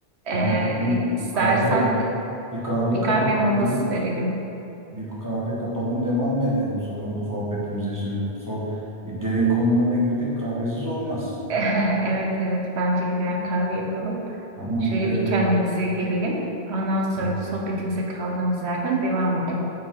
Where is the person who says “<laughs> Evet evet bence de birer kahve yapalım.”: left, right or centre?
Right